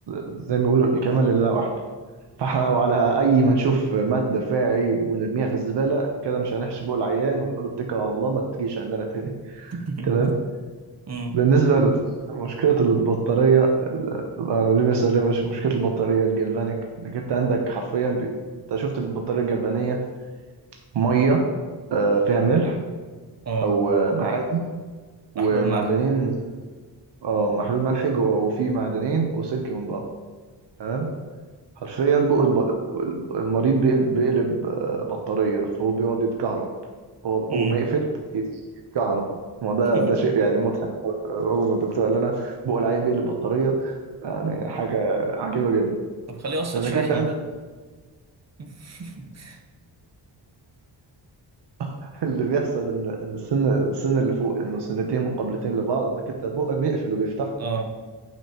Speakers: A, on the right (about 70°); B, on the right (about 40°).
A: زي ما بيقولوا الكمال لله وحده فاحنا لو على اي ما نشوف ماده فيها عيب ونرميها في الزباله كده مش هنحشي بقى العيان ونقول له اتكل على الله ما تجيش عندنا تاني
B: <laughs>
A: تمام
B: امم
A: بالنسبه لمشكله البطاريه ال- انا ليه بس ليه مش مشكله البطاريه الجلفانيك انك انت عندك حرفيا ب... انت شفت البطاريه الجلفانيه ميه آه، فيها ملح
B: اه
A: او آه، معادن ومعدنين
B: محلول ملح
A: اه محلول ملحي جوه وفيه معدنين وسلك من بره تمام حرفيا بقى الب- المريض بيقل- بيقلب آه، بطارية فهو بيقعد يتكهرب هو
B: امم
A: أول ما يقفل يتكهرب ما ده
B: <laughs>
A: ده شيء يعني مضحك أول ما الدكتور قال لنا بقى العين بيقلب بطارية يعني حاجة عجيبة جدا
B: طب خليه يوصل
A: لأنك
B: شاحن
A: أنت عندك
B: بقى <laughs>
A: <laughs> اللي بيحصل إن إن السن السن اللي فوق إنه سنتين مقابلتين لبعض إنك أنت بقك بيقفل وبيفتح
B: اه